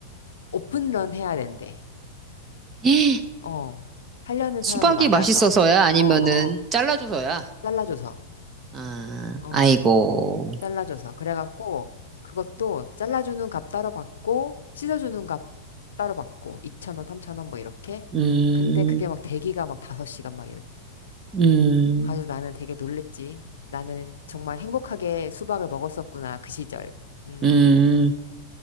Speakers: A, on the left; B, on the right.
A: 오픈런 해야 된대.
B: <gasps>
A: 어, 하려는
B: 수박이
A: 사람이 많아서.
B: 맛있어서야? 아니면은,
A: 어, 어, 어.
B: 잘라줘서야?
A: 잘라줘서.
B: 아,
A: 어,
B: 아이고.
A: 잘라줘서. 그래갖고 그것도 잘라주는 값 따로 받고 씻어주는 값 따로 받고 2천 원, 3천 원 뭐 이렇게.
B: 음,
A: 근데 그게 막 대기가 막 5시간 막 이렇.
B: 음,
A: 아주 나는 되게 놀랬지. 나는 정말 행복하게 수박을 먹었었구나. 그 시절. 음.
B: 음.